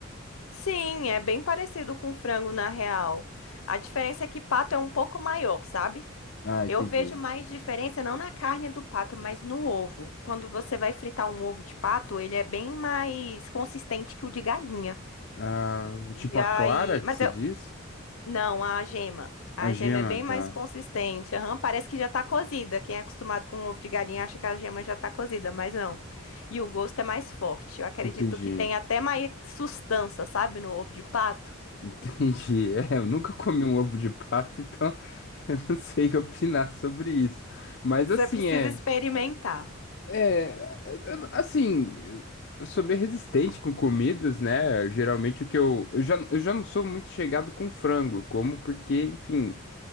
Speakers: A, on the left; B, on the left.
A: Sim, é bem parecido com frango na real. A diferença é que pato é um pouco maior, sabe?
B: Ah, entendi.
A: Eu vejo mais diferença não na carne do pato, mas no ovo. Quando você vai fritar um ovo de pato, ele é bem mais consistente que o de galinha.
B: Ah, o
A: E
B: tipo
A: aí,
B: a clara que
A: mas
B: você
A: é-
B: diz?
A: Não, a gema. A
B: A gema,
A: gema é bem
B: tá.
A: mais consistente. Aham, parece que já tá cozida. Quem é acostumado com ovo de galinha acha que a gema já tá cozida, mas não. E o gosto é mais forte. Eu acredito
B: Entendi.
A: que tem
B: <laughs>
A: até mais sustância, sabe, no ovo de pato.
B: Entendi. É, eu nunca comi um ovo de pato, então <laughs> eu não sei opinar sobre isso. Mas
A: Você
B: assim,
A: precisa
B: é.
A: experimentar.
B: É, eu- eu- assim, eu eu sou meio resistente com comidas, né? Geralmente o que eu, eu já, eu já não sou muito chegado com frango, eu como porque, enfim,